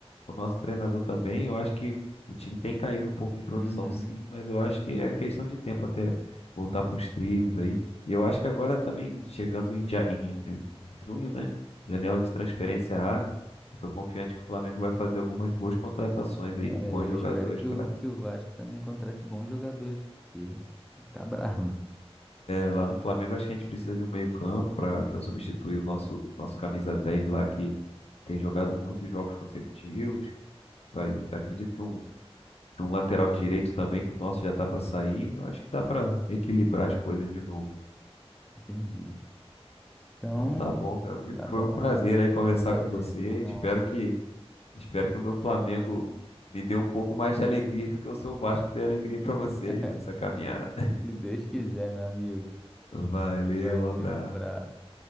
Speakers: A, on the left; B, in the centre.
A: o nosso treinador também. Eu acho que o time tem caído um pouco de produção,
B: Uhum.
A: sim, mas eu acho que é questão de tempo até voltar pros trilhos aí. E eu acho que agora também, chegando em, ja- em, em junho, né? Janela de transferência abre. Eu tô confiante que o Flamengo vai fazer algumas boas contratações aí
B: É,
A: de bons
B: eu
A: jogadores
B: espero que
A: para
B: o, que o Vasco também contrate bons jogadores, porque tá brabo.
A: lá no Flamengo. Acho que a gente precisa de um meio-campo para substituir o nosso, nosso camisa 10 lá que tem jogado muitos jogos consecutivos. Vai, acredito de um lateral direito também, que o nosso já tá para sair. Eu acho que dá para equilibrar as coisas de novo.
B: <laughs> Entendi. Então,
A: Então tá bom, meu amigo.
B: tá
A: Foi
B: bom,
A: um prazer
B: né?
A: aí conversar
B: Foi um prazer,
A: com você.
B: meu irmão.
A: Espero que espero que o meu Flamengo me dê um pouco mais de alegria do que o seu Vasco dê alegria para você
B: <laughs>
A: aí nessa caminhada.
B: Se Deus quiser, meu amigo.
A: <laughs> Valeu,
B: Valeu,
A: um abraço.
B: abraço.